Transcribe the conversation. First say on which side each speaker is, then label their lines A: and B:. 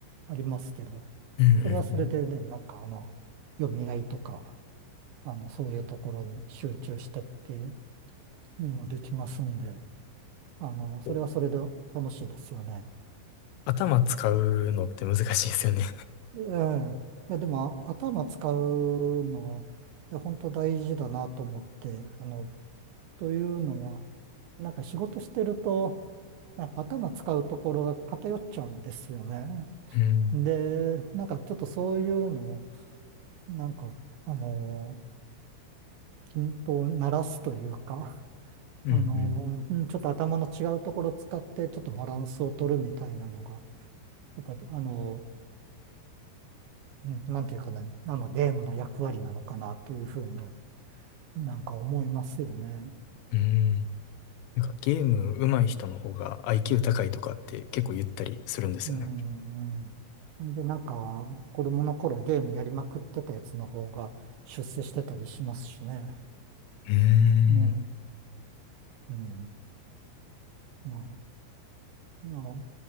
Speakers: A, on the right; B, on the left.
A: ありますけど、
B: うんうんうん
A: それはそれでね、なんかあの、読み合いとか、あの、そういうところに集中してっていうのもできますんで、あの、それはそれで楽しいですよね。
B: こう頭使うのって難しいですよね。
A: ええ。いや、でも頭使うの、いや、本当大事だなと思って、あの、というのは、なんか仕事してると、なんか頭使うところが偏っちゃうんですよね。
B: うん。
A: で、なんかちょっとそういうのを、なんか、あの、均等にならすというか、
B: うん
A: あの、うんちょっと頭の違うところを使って、ちょっとバランスを取るみたいなのが、やっぱり、あの、うんなんていうかな、あの、ゲームの役割なのかなというふうになんか思いますよね。
B: うん。うん。なんかゲーム上手い人の方が IQ 高いとかって結構言ったりするんですよね。
A: うん、うん。ほんで、なんか、子供の頃ゲームやりまくってたやつの方が出世してたりしますしね。
B: うー
A: ね
B: ん。
A: え。うん。まあ、まあ、